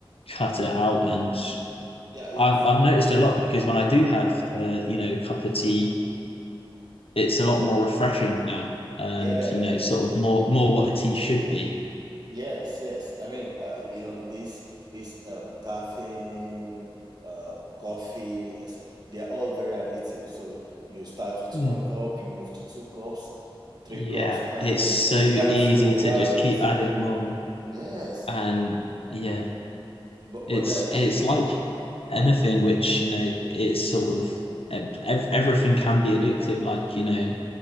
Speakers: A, on the left (about 80°); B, on the right (about 45°).
A: cut it out. And
B: Yeah. It's
A: I've, I've noticed a lot because when I do have, uh, you know, a cup of tea, it's a lot more refreshing now. And,
B: yeah.
A: you know, sort of more, more what a tea should be.
B: Yes, yes. I mean, uh, you know, this, this, um caffeine, um coffee, et cetera, they are all very addictive. So you start with
A: Mm.
B: one cup, you move to two cups, three
A: Yeah,
B: cups, and
A: it's
B: then
A: so
B: you
A: easy
B: can't do without
A: to just
B: it.
A: keep adding more.
B: Yes.
A: And yeah,
B: But
A: it's
B: but then,
A: it's like
B: mm-hmm,
A: anything which you know it's sort of ev- everything can be addictive like you know